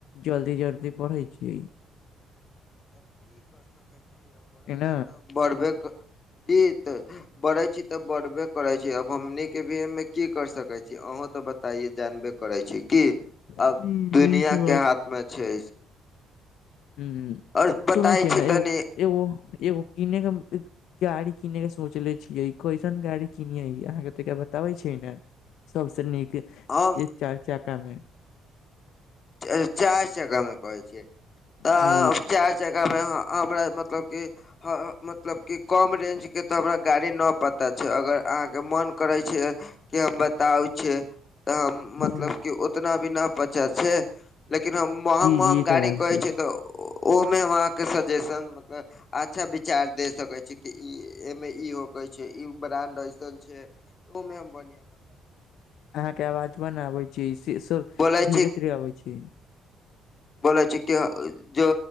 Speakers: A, on the left (about 80°); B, on the left (about 40°).
A: जल्दी- जल्दी बढ़ै छियै।
B: तब की करि सकैत छियै बढ़ै
A: कि न
B: छै तऽ बढ़बे <unintelligible> बढ़े छी तऽ बढ़बे करै छी अब हमनी केभी एयमे की कर सकै छी अहूं तऽ बता। पता जानबे करै छै कि अब
A: ह
B: दुनिया
A: ई तऽ
B: के हाथ में छै।
A: हूँ
B: आओर बताय
A: सुनै छियै
B: छी
A: ने
B: तनि
A: एगो- एगो- एगो किनेके। गाड़ी किनेै के सोचले छियै कैसन गाड़ी किनियै अहाँके तऽ बताबै छियै ने। सब से नीक।
B: अम।
A: चैर चाका मे
B: चै -चैर चक्का मे कहै छिय तऽ
A: जी
B: चैर जगह मे आहाँ हमरा मतलब की। हँ मतलब कि कम रेंजके तऽ हमरा गाड़ी नऽ पता छै अगर अहाँके मोन करै छै। के हम बताउ छै तऽ हम
A: ह
B: मतलब कि उतना भी न पचा छै। लेकिन हम महंग
A: जी
B: महंग
A: जी ई
B: गाड़ी
A: तऽ बात
B: कहै छै तऽ। ओमे मे हम अहाँके सजेशन मतलब अच्छा विचार दे सकै छी कि ई। एमे ई होके छै ई ब्रांड ऐसन छै ओमे हम बढ़िया बता सकै छै।
A: आहाँ के आवाज वन आबै छै से सब
B: बोलै
A: धीरे -धीरे अबै छै।
B: बोलाै छै कि जो।